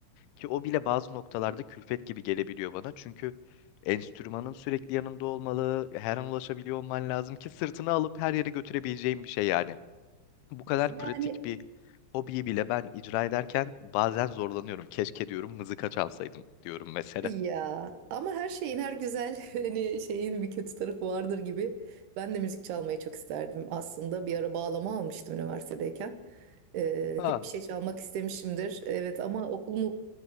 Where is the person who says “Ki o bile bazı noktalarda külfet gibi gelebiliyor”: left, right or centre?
Left